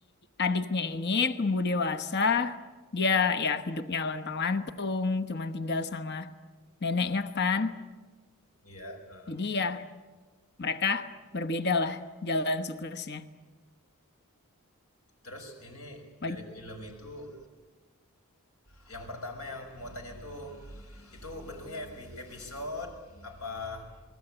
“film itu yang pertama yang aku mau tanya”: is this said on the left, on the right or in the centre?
Left